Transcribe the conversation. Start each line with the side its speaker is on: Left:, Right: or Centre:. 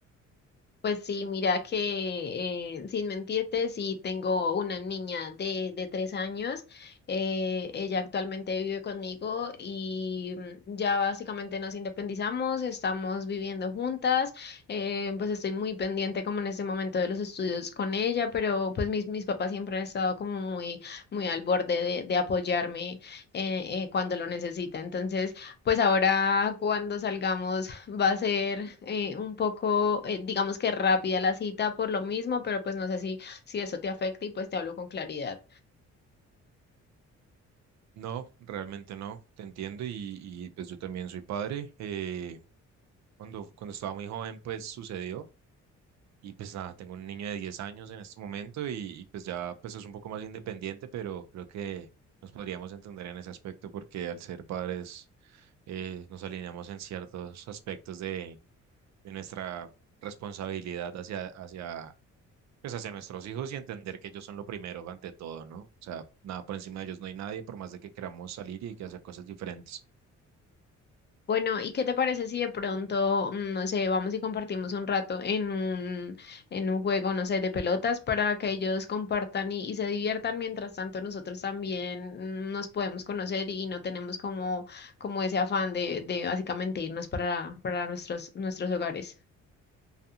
Left: Pues sí, mira que eh, sin mentirte, sí tengo una niña de, de tres años. eh, ella actualmente vive conmigo y mm, ya básicamente nos independizamos, estamos viviendo juntas. eh, pues estoy muy pendiente como en este momento de los estudios con ella, pero pues mis, mis papás siempre han estado como muy, muy al borde de, de apoyarme eh, eh, cuando lo necesita. Entonces... Pues ahora cuando salgamos <laughs> va a ser eh, un poco, eh, digamos que rápida la cita por lo mismo, pero pues no sé si, si eso te afecta y pues te hablo con claridad.
Right: No, realmente no, te entiendo y, y, pues yo también soy padre. eh, cuando, cuando estaba muy joven pues sucedió y pues nada, tengo un niño de 10 años en este momento y, y, pues ya pues es un poco más independiente, pero creo que nos podríamos entender en ese aspecto porque al ser padres eh, nos alineamos en ciertos aspectos de, de nuestra responsabilidad hacia, hacia pues hacia nuestros hijos y entender que ellos son lo primero ante todo, ¿no? O sea, nada por encima de ellos no hay nadie, por más de que queramos salir y que hacer cosas diferentes.
Left: Bueno, ¿y qué te parece si de pronto, mm, no sé, vamos y compartimos un rato en un, en un juego, no sé, de pelotas para que ellos compartan y, y se diviertan, mientras tanto nosotros también mm, nos podemos conocer y no tenemos como, como ese afán de, de básicamente irnos para, para nuestros, nuestros hogares?